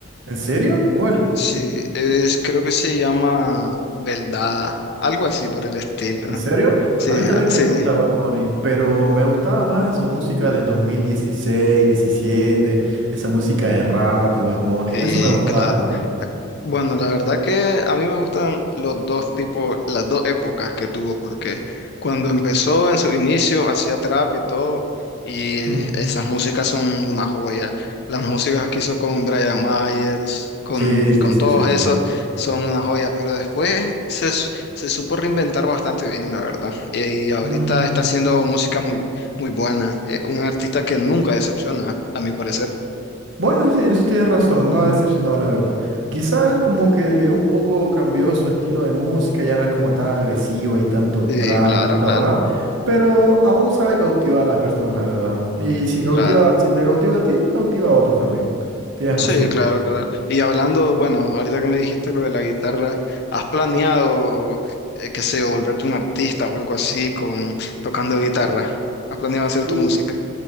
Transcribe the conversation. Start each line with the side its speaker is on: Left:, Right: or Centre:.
Right: ¿en serio? ¿Cuál?
Left: Sí, es, creo que se llama Beldada, algo así por el estilo.
Right: ¿En serio?
Left: Sí,
Right: A mí también
Left: ah, sí,
Right: me gusta Bad Bunny, pero me gustaba más su música del 2016, 17, esa música de rap de Bad Bunny.
Left: sí,
Right: Eso me gustaba,
Left: claro.
Right: la verdad.
Left: Bueno, la verdad que a mí me gustan los dos tipos, las dos épocas que tuvo, porque cuando empezó en su inicio hacía trap y todo, y
Right: Mm.
Left: esas músicas son una joya. Las músicas que hizo con Brian Myers, con,
Right: Sí,
Left: con
Right: sí, sí,
Left: todos
Right: sí,
Left: esos,
Right: sí.
Left: son una joya, pero después se, s- se supo reinventar bastante bien, la verdad. Y ahorita
Right: Mm,
Left: está haciendo música muy, muy buena. Eh, Un artista que nunca decepciona, a mi parecer.
Right: Bueno, sí, sí, en eso tienes razón, no ha decepcionado la verdad. Quizás como que un poco cambió su estilo de música, ya no es como tan agresiva y tanto
Left: Sí,
Right: trap
Left: claro,
Right: y tanto
Left: claro,
Right: rap, pero aún sabe cautivar a las personas, la verdad. Y si cautiva,
Left: claro.
Right: si te cautiva a ti, cautiva a otros también. Tienes
Left: Sí,
Right: razón.
Left: claro, claro. Y hablando, bueno, ahorita que me dijiste lo de la guitarra, ¿has planeado, eh, qué sé yo, volverte un artista o algo así con tocando guitarra? ¿Has planeado hacer
Right: Pu-
Left: tu música?